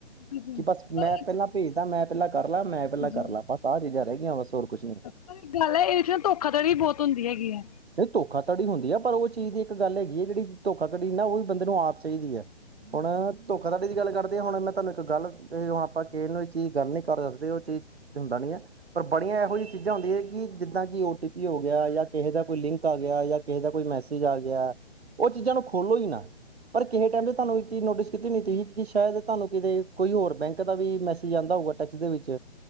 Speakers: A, on the left; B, on the right.
A: ਬਿਲਕੁਲ
B: ਕਿ ਬਸ
A: ਪਰ
B: ਮੈਂ
A: ਇੱਕ
B: ਪਹਿਲਾਂ ਭੇਜਦਾ ਮੈਂ ਪਹਿਲਾਂ ਕਰ ਲਾ ਮੈਂ ਪਹਿਲਾਂ
A: ਜੀ
B: ਕਰ ਲਾ ਬਸ ਆਹ ਚੀਜ਼ਾਂ ਰਹਿ ਗਈਆਂ ਬਸ ਹੋਰ ਕੁਛ ਨੀ
A: ਪਰ ਗੱਲ ਹੈ, ਇਹਦੇ ਚ ਨਾ ਧੋਖਾਧੜੀ ਵੀ ਬਹੁਤ ਹੁੰਦੀ ਹੈਗੀ ਹੈ।
B: ਨਹੀਂ ਧੋਖਾਧੜੀ ਹੁੰਦੀ ਹੈ, ਪਰ ਉਹ ਚੀਜ਼ ਦੀ ਇੱਕ ਗੱਲ ਹੈਗੀ ਹੈ, ਜਿਹੜੀ ਧੋਖਾ ਕੜੀ ਨਾ ਉਹ ਵੀ ਬੰਦੇ ਨੂੰ ਆਪ ਚਾਹੀਦੀ ਹੈ। ਹੁਣ ਧੋਖਾਧੜੀ ਦੀ ਗੱਲ ਕਰ ਹੁਣ ਮੈਂ ਤੁਹਾਨੂੰ ਇੱਕ ਗੱਲ ਹੁਣ ਆਪਾਂ ਕਿਸ ਨੂੰ ਇਹ ਚੀਜ਼ ਗੱਲ ਨੀ ਕਰ ਦੱਸਦੇ ਉਹ ਚੀਜ਼ ਹੁੰਦਾ ਨੀ ਹੈ। ਪਰ ਬੜੀਆਂ ਇਹੋ ਜਹੀ ਚੀਜ਼ਾਂ ਹੁੰਦੀਆਂ ਕਿ ਜਿੱਦਾਂ ਕਿ ਓ ਟੀ ਪੀ ਹੋ ਗਿਆ ਜਾਂ ਕਿਸੇ ਦਾ ਕੋਈ ਲਿੰਕ ਆ ਗਿਆ ਜਾਂ ਕਿਸੇ ਦਾ ਕੋਈ ਮੈ ਆ ਗਿਆ, ਉਹ ਚੀਜ਼ਾਂ ਨੂੰ ਖੋਲੋ ਹੀ ਨਾ ਪਰ ਕਿਸੇ ਟਾਈਮ ਤੇ ਤੁਹਾਨੂੰ ਇੱਕ ਚੀਜ਼ ਨੋਟਿਸ ਕੀਤੀ ਨੀ ਤੁਸੀਂ ਸ਼ਾਇਦ ਤੁਹਾਨੂੰ ਕਿਤੇ ਕੋਈ ਹੋਰ ਬੈਂਕ ਦਾ ਵੀ ਮੈਸੇਜ ਆਉਂਦਾ ਹੋਊਗਾ ਟੈਕਸ ਦੇ ਵਿੱਚ